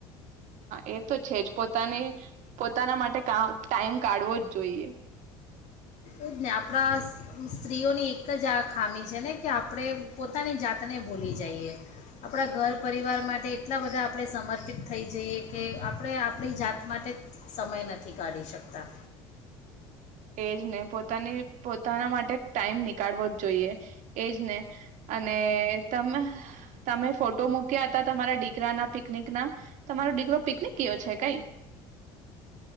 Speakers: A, on the right; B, on the left.
A: એ તો છેજ. પોતાની પોતાના માટે ટામ ટાઈમ કાઢવો જ જોઈએ.
B: એ જ ને આપડા સ્ત્રીઓની એક જ આ ખામી છે ને, કે આપડે પોતાની જાતને ભૂલી જઈએ. આપડા ઘર પરિવાર માટે એટલા બધા આપડે સમર્પિત થઈ જઈએ, કે આપડે આપડી જાત માટે સમય નથી કાઢી શકતા.
A: એજ ને પોતાની પોતાના માટે ટાઈમ નીકાળવો જ જોઈએ એજને અને ને તમે તમે ફોટો મૂક્યા હતા તમારા દીકરાના પિકનિકના, તમારો દીકરો પિકનિક ગયો છે, કઈ?